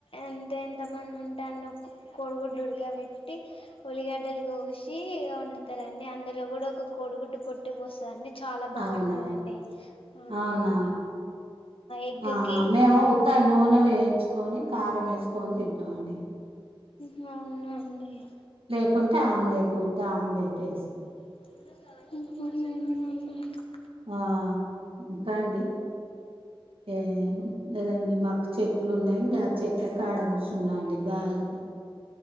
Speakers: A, on the left (about 80°); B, on the right (about 80°).
A: ఎంత ఎంత మంది ఉంటాను కోడిగుడ్లు ఉడకబెట్టి ఉలిగడ్డలు కోసి వండుతారండి అందులో కూడా ఒక కోడిగుడ్డు కొట్టి పోస్తుందండి చాలా బాగుంటుందండి
B: అవునా?
A: అవునండి
B: అవునా?
A: ఎగ్కి
B: ఆహా! మేము ఉత్త నూనెలో వేయించుకొని కారం వేసుకొని తింటామండి
A: హా అవును హే అండ్
B: టే ఆమ్లెట్ ఉట్ట ఆమ్లెట్ వేస్తం
A: హమ్
B: ఆ ఇంకా అండి ఏ ఏదండి మాకు చెట్లు ఉన్నాయి ఇంకా చెట్ ఎట్లక్కడ కూర్చున్నాండి గాలికి